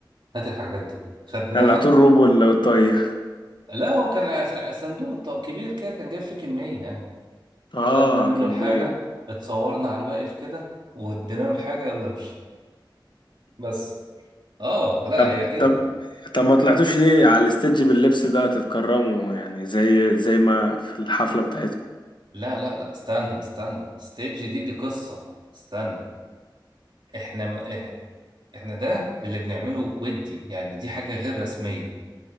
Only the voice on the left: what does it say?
قلعتوا الروب ولا والطاقية
اه
كمية
طب
طب طب ما طلعتوش ليه على الاستيدج باللبس ده تتكرموا يعني زي زي ما في الحفلة بتاعتكم